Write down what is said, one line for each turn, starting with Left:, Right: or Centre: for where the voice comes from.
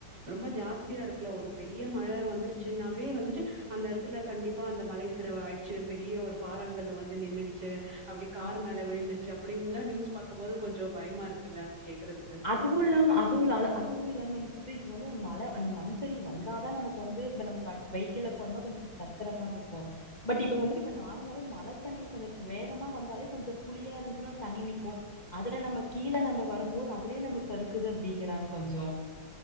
Right: ரொம்ப ஜாஸ்தியா இருக் க்குல ஒரு பெரிய மழ வந்துருச்சுன்னாவே வந்துட்டு அந்த இடத்துல கண்டிப்பா அந்த மலை சரிவு ஆயிடுச்சு பெரிய ஒரு பாரங்கள் வந்து நின்னுடுச்சு அப்டி கார்
Left: ஆ
Right: மேல விழுந்துருச்சு அப் அப்படின்ல்லா நியூஸ் பாக்கும்போது கொஞ்சோ பயமா இருக்குல்ல கேட்கறதுக்கு.
Left: அதுவுல்லாம அவுங்குள அது அதுவுல்லாம <unintelligible> மழ வந்து அந்த மனு ரி வந்த் அதனால நமக்கு வந்து இப்ப நம் பைக்ல போனம்ன கொஞ்சோ பத்திரமா இருக்கோ பட் இப்ப வந்துட்டு நார்த் <unintelligible> மழ தண்ணி கொஞ்சோ வேகமா வந்தாலே கொஞ்சோ குளியா இருந்துச்சுன்னா தண்ணி நிக்கு அதுல நம்ம கீழ நம்ம வரும்போது இதுலயே நம்ம சறுக்குது அப்டிங்கிறாங்க கொஞ்சோ